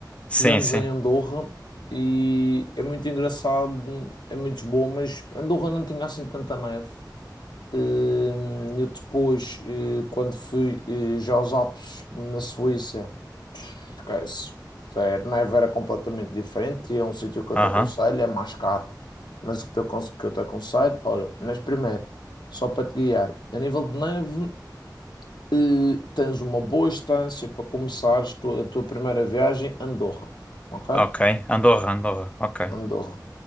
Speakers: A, on the left; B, on the left.
A: Sim,
B: Estivemos
A: sim.
B: em Andorra e é muito engraçado, é muito bom, mas Andorra não tinha assim tanta neve. Hum, Eu depois, eh, quando fui eh, já aos Alpes na Suíça. Porque se- se- Neve era completamente diferente e é um sítio que eu
A: Aham,
B: te aconselho, é mais caro. Mas o que te aconse- que eu te aconselho, olha, mas primeiro, só para te guiar, a nível de neve, eh, tens uma boa estância para começares tu- a tua primeira viagem, Andorra, ok?
A: Ok. Andorra, Andorra, ok.
B: Andorra.